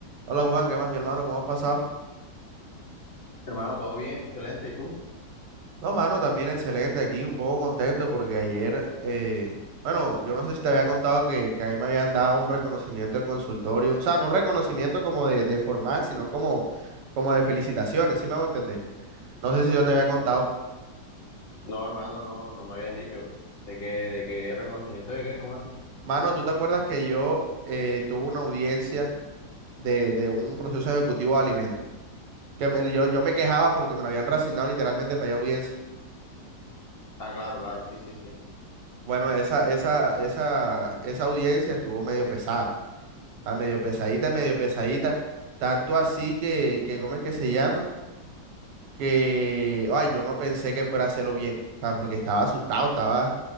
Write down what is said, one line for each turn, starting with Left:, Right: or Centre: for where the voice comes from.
Right: Hola Juan, ¿qué más mi hermano? ¿Cómo has pasado?
Left: Hermano, todo bien, excelente. ¿Y tú?
Right: No, mano, también excelente aquí, un poco contento porque ayer, eh, bueno, yo no sé si te había contado que, que a mí me habían dado un reconocimiento en consultorio, o sea, no un reconocimiento como de, de formal, sino como, como de felicitaciones, ¿sí me hago entender? No sé si yo te había contado.
Left: No, hermano, no, no me habías dicho. ¿De qué, de qué reconocimiento de qué? ¿Cómo así?
Right: Mano, ¿tú te acuerdas que yo eh, tuve una audiencia de, de un proceso ejecutivo de alimentos? Que me- yo, yo me quejaba porque me lo habían reasignado literalmente para ir audiencia.
Left: Ah, claro, claro, sí, sí, sí.
Right: Bueno, esa, esa, esa, esa audiencia estuvo medio pesada. A medio pesadita, medio pesadita. Tanto así que, que ¿cómo es que se llama? Que, ay, yo no pensé que fuera a hacerlo bien. O sea, porque estaba asustado, estaba,